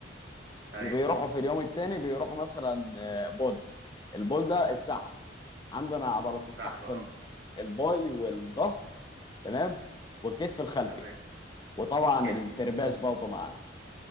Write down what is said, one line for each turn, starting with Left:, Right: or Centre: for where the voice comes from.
Right: ايوه
Left: وبيروحوا في اليوم الثاني بيروحوا مثلا آه، بول البول ده السحب عندنا عضلات السحب
Right: صح بقى
Left: ال-
Right: اه
Left: الباي والظهر تمام والكتف الخلفي
Right: تمام
Left: وطبعا
Right: حلو
Left: الترباس برضه معانا